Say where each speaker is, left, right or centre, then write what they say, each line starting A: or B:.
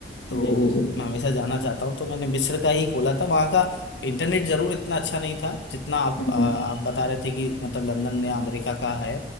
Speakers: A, on the left (about 85°); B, on the left (about 70°).
A: तो
B: जी जी जी
A: मैं हमेशा जाना चाहता हूँ तो मैंने मिस्र का ही खोला था वहाँ का इंटरनेट जरूर इतना अच्छा नहीं था जितना आप
B: हम्म
A: आ, आप
B: हम्म
A: बता रहे थे कि मतलब लंदन या अमेरिका का है